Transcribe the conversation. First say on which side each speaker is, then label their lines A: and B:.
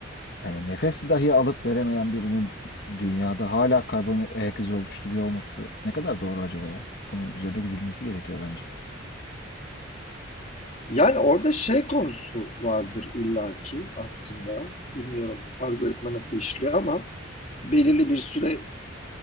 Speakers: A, on the left; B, on the left.
A: yani nefes dahi alıp veremeyen birinin dünyada hala karbon ayak izi oluşturuyor olması ne kadar doğru acaba ya? Bunun üzerine gidilmesi gerekiyor bence.
B: Yani orada şey konusu vardır illaki aslında. Bilmiyorum algoritma nasıl işliyor ama belirli bir süre